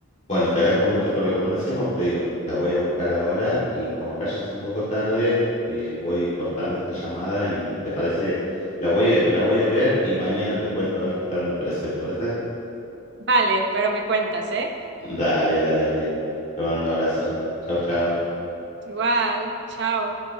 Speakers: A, on the left; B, on the right.
A: Bueno, te agradezco mucho tu recomendación, como te digo, la voy a buscar ahora y como acá ya es un poco tarde, eh, voy cortando esta llamada y te parece, la voy a, la voy a ver y mañana te cuento a ver qué tal me pareció, ¿te parece?
B: Vale, pero me cuentas, ¿eh?
A: Dale, dale, Abril. Te mando un abrazo. Chau, chau.
B: Igual, chao.